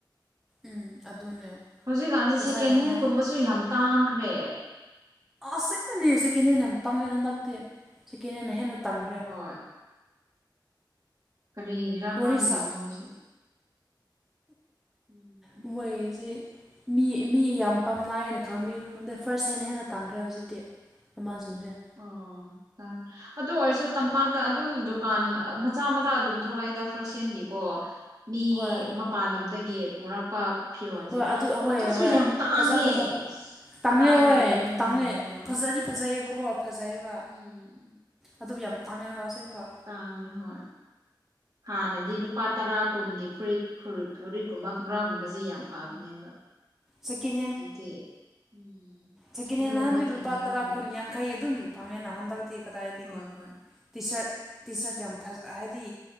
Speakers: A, in the centre; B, on the right.
A: ꯎꯝ ꯑꯗꯨꯅꯦ
B: ꯍꯧꯖꯤꯛꯀꯥꯟꯁꯤ
A: ꯄꯩꯁꯥꯒꯤ
B: ꯁꯦꯀꯦꯟ
A: ꯃꯃꯜ
B: ꯍꯦꯟꯒꯨꯝꯕꯁꯨ ꯌꯥꯝ ꯇꯥꯡꯈ꯭ꯔꯦ
A: ꯑꯁꯦꯡꯒ꯭ꯔꯦꯅꯦ ꯁꯦꯀꯦꯟ ꯍꯦꯟ ꯌꯥꯝ ꯇꯥꯡꯉꯦ ꯍꯟꯗꯛꯇꯤ ꯁꯦꯀꯦꯟ ꯍꯦꯟꯅ ꯍꯦꯟꯅ ꯇꯥꯡꯒ꯭ꯔꯦ
B: ꯍꯣꯏ ꯀꯔꯤꯒꯤꯔꯥ ꯈꯪꯗꯦ
A: ꯋꯥꯔꯤ ꯁꯥ
B: ꯃꯣꯏꯁꯦ ꯎꯝ
A: ꯃꯣꯏꯒꯤꯁꯤ ꯃꯤ ꯃꯤ ꯌꯥꯝ ꯄꯥꯝꯅꯥꯏꯌꯦꯅ ꯈꯪꯕꯒꯤꯔꯥ ꯈꯪꯗꯦ ꯐꯥꯔꯁ ꯍꯦꯟꯅ ꯍꯦꯟꯅ ꯇꯥꯡꯈ꯭ꯔꯦ ꯍꯧꯖꯤꯛꯇꯤ ꯃꯃꯜꯁꯤꯡꯁꯦ
B: ꯑꯣ ꯇꯥꯡ ꯑꯗꯨ ꯑꯣꯏꯔꯁꯨ ꯇꯝꯄꯥꯛꯇ ꯑꯗꯨꯝ ꯗꯨꯀꯥꯟ ꯑ ꯃꯆꯥ ꯃꯆꯥ ꯑꯗꯨꯝ ꯊꯣꯛꯂꯛꯏꯗ ꯐꯥꯔꯁ ꯍꯦꯟꯒꯤꯀꯣ ꯃꯤ
A: ꯍꯣꯏ
B: ꯃꯄꯥꯟ ꯂꯝꯗꯒꯤ ꯄꯨꯔꯛꯄ ꯐꯤꯔꯣꯟꯁꯤꯅ
A: ꯍꯣꯏ ꯑꯗꯨ ꯍꯣꯏ
B: ꯑꯗꯨꯁꯨ
A: ꯍꯣꯏ
B: ꯌꯥꯝ ꯇꯥꯡꯉꯦ
A: ꯐꯖ ꯐꯖꯕ
B: ꯑꯁ ꯀꯗꯥꯏꯗꯒꯤ
A: ꯇꯥꯡꯉꯦ ꯍꯣꯏ
B: ꯂꯧꯕ
A: ꯇꯥꯡꯉꯦ
B: ꯉꯝꯗꯣꯏꯅꯣ ꯍꯣꯏ
A: ꯐꯖꯗꯤ ꯐꯖꯩꯌꯦꯕꯀꯣ ꯐꯖꯩꯌꯦꯕ
B: ꯎꯝ
A: ꯑꯗꯨꯕꯨ ꯌꯥꯝ ꯇꯥꯡꯉꯦꯀꯣ ꯑꯁꯦꯡꯕ
B: ꯇꯥꯡꯉꯤ ꯍꯣꯏ ꯍꯥꯟꯅꯗꯤ ꯂꯨꯄꯥ ꯇꯔꯥ ꯀꯨꯟꯒꯤ ꯐꯨꯔꯤꯠ ꯐꯨꯔꯤꯠ ꯐꯨꯔꯤꯠꯀꯨꯝꯕ ꯈꯣꯡꯒ꯭ꯔꯥꯒꯨꯝꯕꯁꯤ ꯌꯥꯝ ꯐꯕꯅꯦꯕ
A: ꯁꯦꯀꯦꯟ
B: ꯍꯧꯖꯤꯛꯇꯤ ꯎꯝ
A: ꯁꯦꯀꯦꯟꯍꯦꯟ
B: ꯑꯗꯨꯒꯨꯝꯕ
A: ꯅꯥꯍꯥꯟꯗꯤ
B: ꯊꯦꯡꯅꯗ꯭ꯔꯦꯗ
A: ꯂꯨꯄꯥ ꯇꯔꯥ ꯀꯨꯟ ꯌꯥꯡꯈꯩ ꯑꯗꯨꯝ ꯐꯪꯉꯦꯅ ꯍꯟꯗꯛꯇꯤ ꯀꯗꯥꯏꯗꯒꯤ
B: ꯍꯣꯏ ꯍꯣꯏ
A: ꯇꯤ ꯁꯥꯔꯠ ꯇꯤ ꯁꯥꯔꯠ ꯌꯥꯝ ꯐꯖ ꯍꯥꯏꯗꯤ